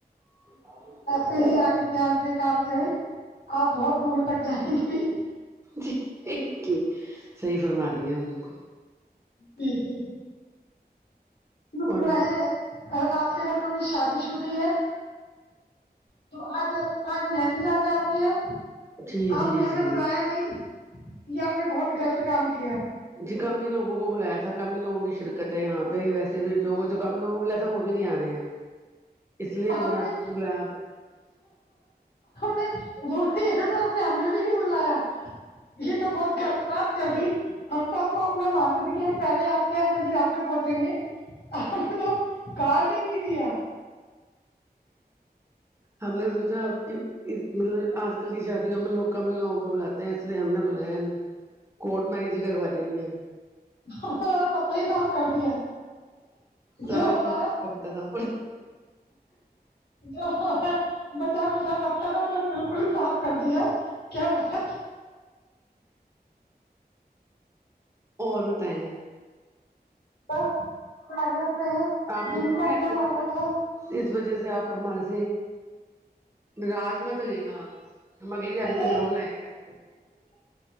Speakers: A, on the right; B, on the left.
A: س
B: سہی آگے دھیان سے کام کریں آپ بہت دور تک جائیں گے
A: جی سحی فرما رہی ہیں بلکل
B: جی جی مسئلہ
A: اور
B: ہے آپ خل کرنی شابی سدی ہے تو آج آج میں کہ جاتتا آپ کے یہاں
A: جی
B: آپ
A: جی
B: نے ہمیں
A: جی
B: بلایا نہیں یہ آپ نے بہت غلط کام کیا
A: جی کم ہی لوگوں کو بلایا تھا کم ہی لوگوں کی شرکت ہے یہاں پہ ویسے بھی جوکم لوگوں ب سب وہ بھی نہیں آ رہے ہیں اس لیے
B: ہم
A: آپ
B: نے
A: کو بلایا
B: نے وہ ایسا تو آپ نے ہمے بھی نہیں بلایا یہ تو بہت غلط بات کر دی ہم تو آپ کو اپنا مانتے تھے کی ہم پہلے آپ کے مندر آپ پھوچنگے گے آ تو کارڈ ہی نہیں دیا
A: ہم نے سوچا اب کی اس مطلب آج کل کی شادیوں میں لوگ ک بھی لوگوں کو بلاتے ہیں اس لیے ہم نے بلایا نہیں کوٹ میریج کروا دیں گے ہم
B: ہ ہ پتا ہی صاف کرد یا
A: سارے
B: جو ہمارا
A: کو پتا تھا
B: جو بچا کچھا پتا تو وہ بھی کو صاف کر دیا کیا بات
A: اور بتائیں
B: بس ساری سے ہیں
A: آپ
B: جن
A: دکھ
B: کو
A: میں
B: اپنا مانا تھا
A: اس وجہ سے آپ ہمارے سے نراج مت ہوئیے گا آپ ہم اگلی شادی میں
B: نہیں
A: ضرور لائیں گے آپ کو